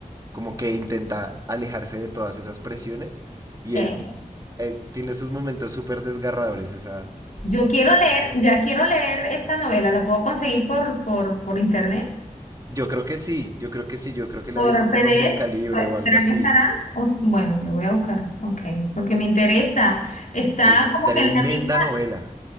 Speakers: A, on the right; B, on the left.
A: como que intenta alejarse de todas esas presiones y
B: Leer.
A: es eh, tiene esos momentos súper desgarradores esa
B: yo quiero leer,
A: esa-
B: ya quiero leer esa novela, ¿la puedo conseguir por, por, por internet?
A: yo creo que sí yo creo que sí yo creo que
B: por
A: la he visto
B: PDF,
A: como en busca libre
B: pues,
A: o algo
B: ¿será
A: así
B: que estará? O- bueno, yo voy a buscar, ok, porque me interesa. Está
A: es
B: como
A: tremenda
B: que en la misma,
A: novela